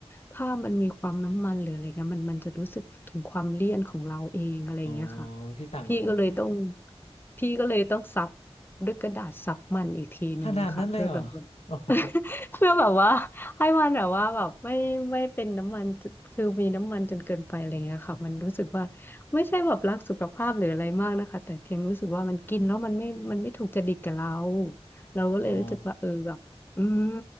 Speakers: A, on the left; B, on the left.
A: ถ้ามันมีความน้ำมันหรืออะไรเงี้ยมันมันจะรู้สึกถึงความเลี่ยนของเราเองอะไรอย่างเงี้ยค่ะ
B: อ๋อพี่ต่างกับผมนะ
A: พี่ก็เลยต้องพี่ก็เลยต้องซับด้วยกระดาษซับมันอีกทีหนึ่งนะคะเพื่อแบบ
B: ขนาดนั้นเลยเหรอโอ้ <laughs> โห
A: <laughs> เพื่อแบบว่าให้มันแบบว่าแบบไม่ไม่เป็นน้ำมันคือมีน้ำมันจนเกินไปอะไรเงี้ยค่ะมันรู้สึกว่าไม่ใช่แบบรักสุขภาพหรืออะไรมากนะคะแต่เพียงรู้สึกว่ามันกินแล้วมันไม่มันไม่ถูกจริตกับเราเราก็เลยรู้สึกว่าเออแบบอืม
B: อ๋อ